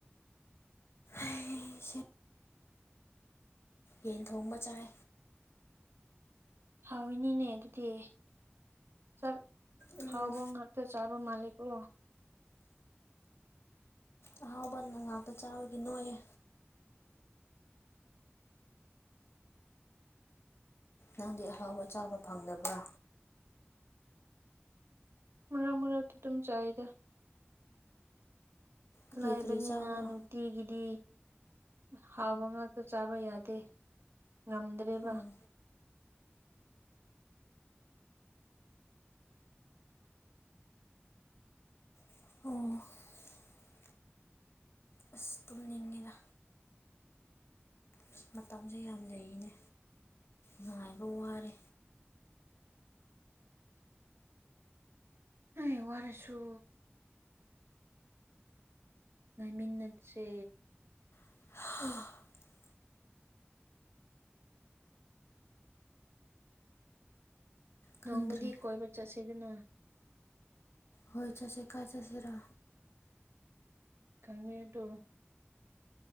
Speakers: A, on the left; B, on the right.
A: ꯑꯩꯁꯦ ꯌꯦꯟ ꯊꯣꯡꯕ ꯆꯥꯏ
B: ꯍꯥꯎꯏꯅꯤꯅꯦ ꯑꯗꯨꯗꯤ ꯆꯥꯛ
A: ꯎꯝ
B: ꯍꯥꯎꯕ ꯉꯥꯛꯇ ꯆꯥ ꯕ ꯃꯥꯂꯤꯀꯣ
A: ꯑꯍꯥꯎꯕꯅ ꯉꯥꯛꯇ ꯆꯥꯕꯒꯤ ꯅꯣꯏꯑꯦ ꯅꯪꯗꯤ ꯑꯍꯥꯎꯕ ꯆꯥꯕ ꯐꯪꯗꯕ꯭ꯔꯥ
B: ꯃꯔꯛ ꯃꯔꯛꯇ ꯑꯗꯨꯝ ꯆꯥꯏꯗ
A: ꯀꯔꯤ
B: ꯂꯥꯏꯕꯅꯤꯅ
A: ꯀꯔꯤ ꯆꯥꯕ꯭ꯔꯥ
B: ꯅꯨꯡꯇꯤꯒꯤꯗꯤ ꯍꯥꯎꯕ ꯉꯥꯛꯇ ꯆꯥꯕ ꯌꯥꯗꯦ ꯉꯝꯗ꯭ꯔꯦꯕ
A: ꯎꯝ ꯑꯣ ꯑꯁ ꯇꯨꯝꯅꯤꯡꯉꯤꯗ ꯑꯁ ꯃꯇꯝꯁꯦ ꯌꯥꯝ ꯂꯩꯅꯦ ꯉꯥꯏꯕ ꯋꯥꯔꯦ
B: <unintelligible> ꯋꯥꯔꯁꯨ ꯉꯥꯏꯃꯤꯟꯅꯠꯁꯦ
A: <unintelligible> ꯈꯪꯗ꯭ꯔꯦ
B: ꯅꯣꯡꯃꯗꯤ ꯀꯣꯏꯕ ꯆꯠꯁꯦꯗꯅ
A: ꯍꯣꯏ ꯆꯁꯦ ꯀꯥꯏ ꯆꯁꯤꯔ
B: ꯀꯥꯡꯉꯗꯣ